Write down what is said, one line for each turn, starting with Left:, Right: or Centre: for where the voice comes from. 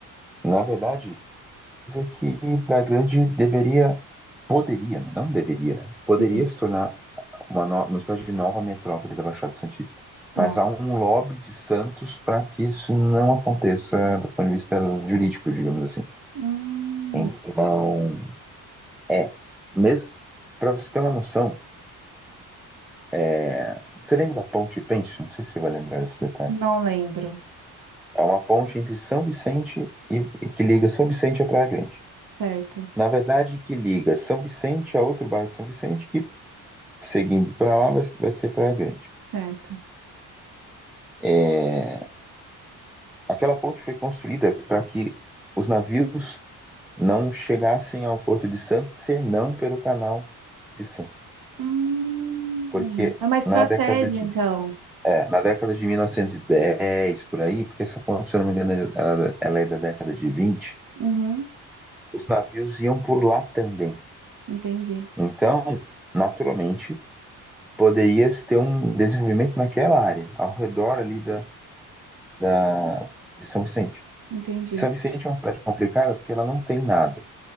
Centre: na verdade, coisa que Praia Grande deveria, poderia, né? não deveria, né? poderia
Right: Sim.
Centre: se tornar uma, no- uma espécie de nova metrópole da Baixada Santista.
Right: Não.
Centre: Mas há um lobby de Santos para que isso não aconteça do ponto de vista jurídico, digamos assim.
Right: Hum,
Centre: Então, é, mesmo, para você ter uma noção, é, você lembra da Ponte Pênsil? Não sei se você vai lembrar desse detalhe.
Right: não lembro.
Centre: É uma ponte entre São Vicente e, e que liga São Vicente a Praia Grande.
Right: Certo.
Centre: Na verdade, que liga São Vicente a outro bairro de São Vicente, que seguindo para lá vai, vai ser Praia Grande.
Right: Certo.
Centre: É, aquela ponte foi construída para que os navios não chegassem ao Porto de Santos senão pelo Canal de Santos,
Right: Hum,
Centre: porque
Right: é uma estratégia,
Centre: na década de
Right: então.
Centre: é, na década de 1910 por aí, porque essa ponte, se eu não me engano, ela, ela é da década de 20,
Right: Uhum,
Centre: os navios iam por lá também.
Right: entendi,
Centre: Então, naturalmente, poderia-se ter um desenvolvimento naquela área, ao redor ali da, da, de São Vicente.
Right: entendi,
Centre: E São Vicente é uma cidade complicada porque ela não tem nada.